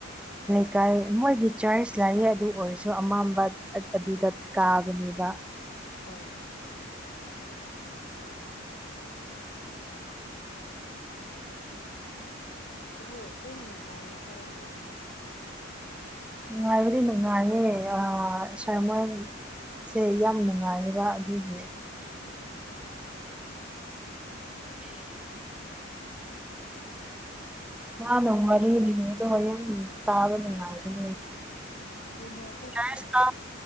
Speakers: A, in the centre; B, on the left.
A: ꯂꯩꯀꯥꯏ ꯃꯣꯏꯒꯤ ꯆꯔꯆ ꯂꯥꯛꯌꯦ ꯑꯗꯨ ꯑꯣꯏꯔꯁꯨ ꯑꯃꯝꯕ ꯑꯗꯨꯗ ꯀꯥꯕꯅꯦꯕ
B: ꯑꯣ ꯑꯣ ꯑꯗꯨꯕꯨ ꯑꯗꯨꯝ ꯅꯨꯡꯉꯥꯏꯒꯗꯧ ꯃꯥꯂꯦꯗ
A: ꯅꯨꯡꯉꯥꯏꯕꯗꯤ ꯅꯨꯡꯉꯥꯏꯌꯦ ꯑ ꯁꯔꯃꯟ ꯁꯦ ꯌꯥꯝ ꯅꯨꯡꯉꯥꯏꯌꯦꯕ ꯑꯗꯨꯒꯤ
B: ꯎꯝ
A: <unintelligible> ꯃꯥꯅ ꯋꯥꯔꯤ ꯂꯤꯕꯗꯣ ꯍꯣꯔꯌꯦꯟ ꯇꯥꯕ ꯅꯨꯡꯉꯥꯏꯕꯅꯦ
B: ꯎꯝ ꯑꯗꯨꯅ‌ꯦ
A: ꯆꯔꯁ ꯀꯥ